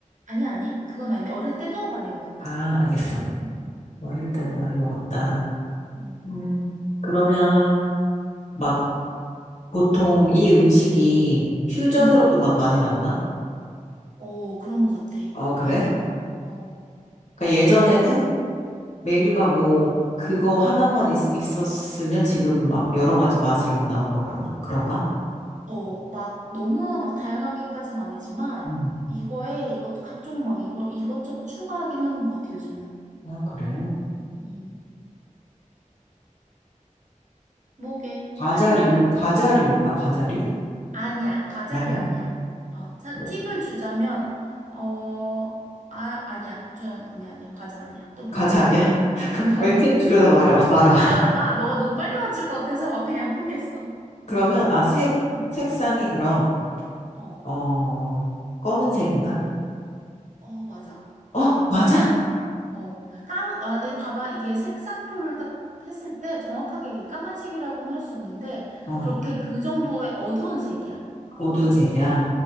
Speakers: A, on the right; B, on the left.
A: 아니, 아니. 그건 아닌데 어릴 때도 많이 먹었다.
B: 아, 알겠어.
A: 음,
B: 어릴 때도 많이 먹었다.
A: 음,
B: 음, 그러면 막 보통 이 음식이 퓨전으로도
A: 음. 음.
B: 막 많이 나오나?
A: 어, 그런 것 같아.
B: 어, 그래?
A: 맞아. 어,
B: 그러니까 예전에는 메뉴가 뭐 그거 하나만 있, 있었으면 지금 막 여러 가지 맛으로 막 나오고 막 그러나 그런가?
A: 어, 막 너무 막 다양하게까진 아니지만
B: 음.
A: 이거에 이것 각종 막 이거 이것저것 추가하긴 하는 것 같아 요즘은.
B: 아, 그래.
A: 음, 뭐게?
B: 과자류,
A: <laughs>
B: 과자류인가? 과자류?
A: 아니야, 과자류
B: 아니야?
A: 아니야. 어, 자,
B: 그
A: 팁을 주자면 어, 아, 아니야, 좀 아니야, 아니야, 과자 아니야. 또 물어봐.
B: 과자 아니야? <laughs>
A: <laughs>
B: 왜 팁 주려다 말아, 말아.
A: 팁 주려다가 너가 너무 빨리 맞출 것 같아서 그냥 포기했어.
B: 그러면, 아, 색,
A: 음.
B: 색상이 그럼,
A: 어,
B: 어, 검은색인가?
A: 어, 맞아.
B: 어, 맞아?
A: 어, 깜, 아, 이 봐봐. 이게 색상표를 딱 했을 때 정확하게 이 까만색이라고는 할 수 없는데,
B: 어,
A: 그렇게 그 정도의 어두운 색이야.
B: 어두운 색이야.